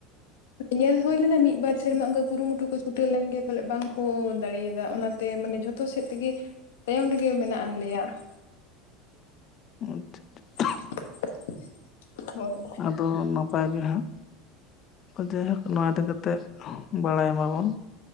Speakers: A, on the left; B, on the left.
A: ᱧᱮᱞ ᱦᱩᱭ ᱞᱮᱱᱟ ᱢᱤᱫ ᱵᱟᱨ ᱥᱮᱨᱢᱟ ᱚᱝᱠᱟ ᱠᱩᱨᱩᱢᱩᱴᱩ ᱠᱚ ᱪᱩᱴᱟᱹᱣ ᱞᱮᱱᱜᱮ ᱯᱟᱞᱮᱫ ᱵᱟᱝᱠᱚ ᱫᱟᱲᱮᱭᱟᱫᱟ ᱚᱱᱟᱛᱮ ᱢᱟᱱᱮ ᱡᱷᱚᱛᱚ ᱥᱮᱫ ᱛᱮᱜᱮ ᱛᱟᱭᱚᱢ ᱨᱮᱜᱮ ᱢᱮᱱᱟᱜ ᱟᱱᱞᱮᱭᱟ ᱾
B: ᱟᱪᱪᱷᱟ ᱟᱪᱪᱷᱟ <unintelligible>
A: <inaudible> ᱦᱳᱭ
B: ᱟᱫᱚ ᱱᱟᱯᱟᱭ ᱜᱮ ᱦᱟᱸᱜ ᱡᱟᱭᱦᱳᱠ ᱱᱚᱣᱟ ᱤᱫᱤ ᱠᱟᱛᱮᱫ ᱵᱟᱲᱟᱭ ᱢᱟᱵᱚᱱ